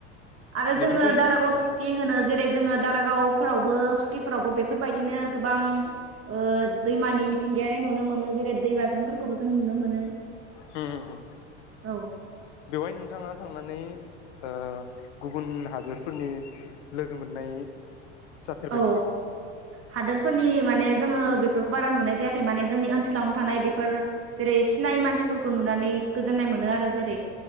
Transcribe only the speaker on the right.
आरो
जोङो
सुख्थि होनो होनो जेरै जोङो दाब दारागाव फोरावबो सुकिफोरावबो बेफोरबायदिनो गोबां ओ दैमानि मिथिंगायारि नुनो मोनो जे दै बाज्रुमफोरखौबो जों नुनो मोनो।
औ
औ
हादोरफोरनि माने जोङो बेफोरखौ बारा नुनाय जायाखै माने जोंनि ओनसोलावनो थानाय बेफोर जेरै सिनाय मानसिफोरखौ नुनानै गोजोननाय मोनो आरो जेरै